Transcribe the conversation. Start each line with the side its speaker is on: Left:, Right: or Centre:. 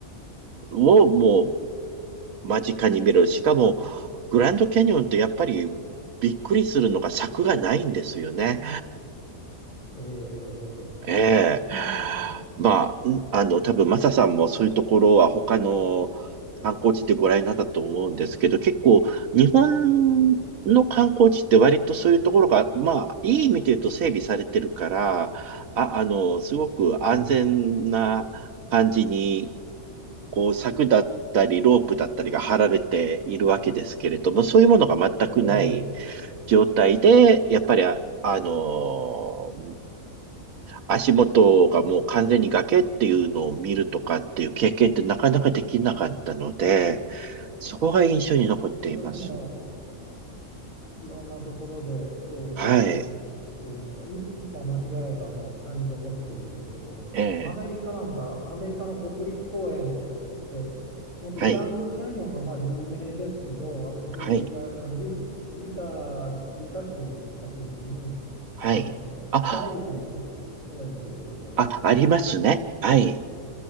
Right: をもう間近に見れる。しかも、グランドキャニオンってやっぱりびっくりするのが柵がないんですよね。
Left: ええ、ええ、
Right: ええ。まあ、んあの、多分マサさんもそういうところは他の観光地でご覧になったと思うんですけど、結構日本の観光地って割とそういうところが、まあ、いい意味で言うと整備されてるから、あ、あの、すごく安全な感じに、
Left: うん。
Right: こう、柵だったり、ロープだったりが張られているわけですけれども、そういうものが全くない
Left: ええ
Right: 状態で、やっぱりあ、あの足元がもう完全に崖っていうのを見るとかっていう経験ってなかなかできなかったので、
Left: はい。
Right: そこが印象に残っています。
Left: 私もいろんなところでそういう
Right: はい。
Left: どういうんか一、い一歩間違えばもう谷底っていうところアメリカなんかアメリカの国立公園っ
Right: ええ。
Left: て本当グランドキャニオンがまあ有名ですけど私があのユ、
Right: はい。はい。
Left: ユタ、ユタ州に行った時にあのザイオン国立公園っていうところがあるんですけど
Right: はい。あ、あ、ありますね。はい。